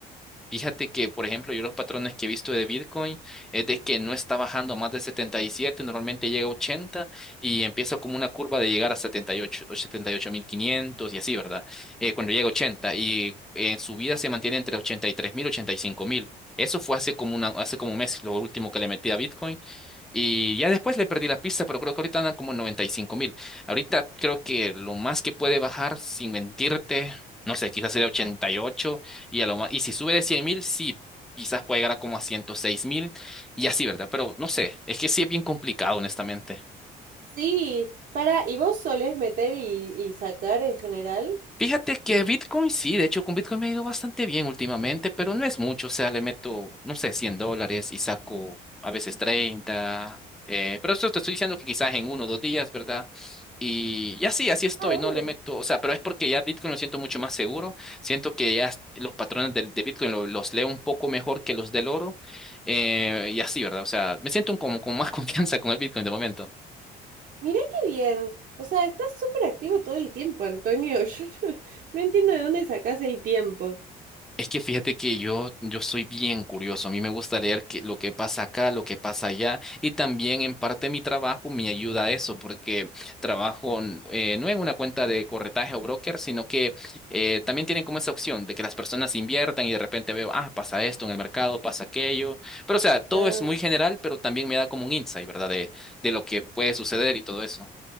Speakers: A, in the centre; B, on the right.
A: Fíjate que, por ejemplo, yo los patrones que he visto de Bitcoin es de que no está bajando más de 77, normalmente llega a 80 y empieza como una curva de llegar a 78, o 78.500 y ocho mil quinientos y así, ¿verdad? Eh, cuando llega a 80 y en su vida se mantiene entre 83.000 y tres mil, y ochenta y cinco mil. Eso fue hace como, una, hace como un mes, lo último que le metí a Bitcoin. Y ya después le perdí la pista, pero creo que ahorita andan como 95 mil. Ahorita creo que lo más que puede bajar, sin mentirte, no sé, quizás sería 88 y ocho. Y, a lo más, y si sube de 100 mil, sí, quizás puede llegar a como a 106 mil y así, ¿verdad? Pero no sé, es que sí es bien complicado, honestamente.
B: Sí, para, ¿y vos solés meter y, y sacar en general?
A: Fíjate que Bitcoin sí, de hecho con Bitcoin me ha ido bastante bien últimamente, pero no es mucho, o sea, le meto, no sé, 100 dólares y saco a veces 30, eh, pero eso te estoy diciendo que quizás en uno o dos días, ¿verdad? Y, y así, así estoy,
B: Ah.
A: no le meto, o sea, pero es porque ya Bitcoin lo siento mucho más seguro, siento que ya los patrones de, de Bitcoin lo- los leo un poco mejor que los del oro, eh, y así, ¿verdad? O sea, me siento como con más <laughs> confianza con el Bitcoin de momento.
B: Mirá qué bien. O sea, estás súper activo todo el tiempo, Antonio. <laughs> Yo no, no entiendo de dónde sacás el tiempo.
A: Es que fíjate que yo, yo soy bien curioso. A mí me gusta leer que- lo que pasa acá, lo que pasa allá. Y también en parte mi trabajo me ayuda a eso, porque trabajo n- eh, no en una cuenta de corretaje o broker, sino que eh, también tienen como esa opción de que las personas inviertan y de repente veo, ah, pasa esto en el mercado, pasa aquello. Pero o sea, todo
B: Ah,
A: es muy general, pero también me da como un insight, ¿verdad? De, de lo que puede suceder y todo eso.